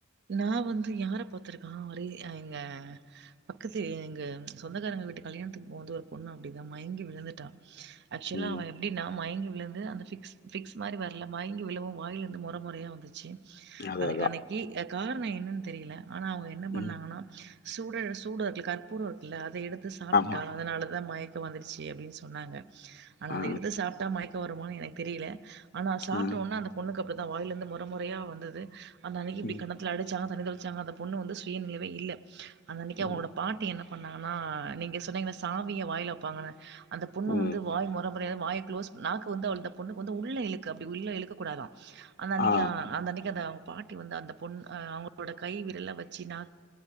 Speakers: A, on the right (about 55°); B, on the left (about 50°).
A: நா வந்து யாரே பாத்திருக்கா வரே ஆ எங்கே பக்கத்து வீ எங்கே ச்ச சொந்தக்காரங்கே வீட்டு கல்யாண்த்துக்கு போன்தோ ஒரு பொண்ணு அப்டிதா மயிங்கீ விழுந்துட்டா ஆக்சுவலா
B: ம்.
A: அவ எப்டினா மயிங்கீ விழுந்து அந்த ஃபிக்ஸ் ஃபிக்ஸ் மாரி வரலே மயிங்கீ விழவோ வாயிலிந்து முறே முறேயா வந்துச்சூ
B: அது
A: அதுக்கானக்
B: அதான்.
A: கீயத் காரணோ என்னென் தெரியிலே ஆனா அவுங்க என்னா பண்ணாங்கனா
B: ம்.
A: சூடே சூடோ இர்க்குல கற்பூரோ இர்க்குல்லே அத் தே எடுத்து சாப்பிட்டா
B: ஆமா.
A: அதனாலதா மயக் தோ வந்துடுச்சி அப்டின் சொன்னாங்கே ஆனா
B: ஆ,
A: அத எடுத்து சாப்ட்டா மயிக் தோ வருமா எனக்கு தெரீலே ஆனா சாப்ட்டோனே
B: ஆ,
A: அந்த பொண்ணுக்கு அப் தான் வாயில இருந்து முற முறையா வந்தது அந்த அன்னிக்கு இப்டி
B: ம்,
A: கண்டதோ <unintelligible> அந்த பொண்ணு வந்து சுயநினைவே இல்ல அந்த அன்னைக்கு
B: ம்,
A: அவங்களோட பாட்டி என்ன பண்ணாங்கன்னா நீங்க சொன்னீங்கன்ன சாவிய வாயில வைப்பாங்கன்னு அந்த பொண்ணு
B: ம்.
A: வந்து வாய் முறை வாய க்ளோஸ் வந்து பொண்ணுக்கு வந்து உள்ள இழுக்க அப்படி உள்ள இழுக்க கூடாதான் அந்த அன்னிக்கு
B: ஆ.
A: அந்த அன்னிக்கு பாட்டி வந்து அந்த பொண் அவங்களோட கை விரல வெச்சு நா